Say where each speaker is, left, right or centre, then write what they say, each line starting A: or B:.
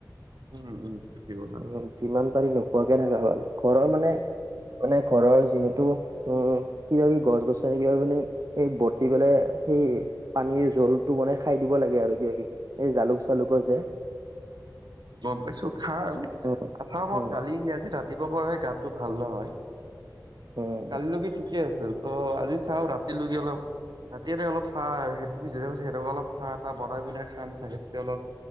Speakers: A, on the right (about 75°); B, on the right (about 55°).
A: উম উম ঠিকে ক'লা।
B: উ যিমান পাৰি নোখোৱাকে থাকা হয় ঘৰৰ মানে মানে ঘৰৰ যিহেতু উম কিবা কিবি গছ গছনি কিবা কিবি এনেই এই বতি পেলাই সেই পানীৰ জলটো বনাই খাই দিব লাগে আৰু কিবা কিবি এই জালুক চালুকত যে
A: গম পাইছো খাম
B: উম
A: আ চা মই
B: উম
A: কালি আজি ৰাতি ৰাতি পুৱা পৰাহে গাটো ভাল নহয়
B: উম
A: কালি লৈকে ঠিকে ঠিকে আছিল ত' আজি চাও ৰাতিলৈকে অলপ ৰাতি এনে অলপ চাহ সেইটো যেনে সেনেকুৱা অলপ চাহ তাহ বনাই পিনে খাম চাগে অলপ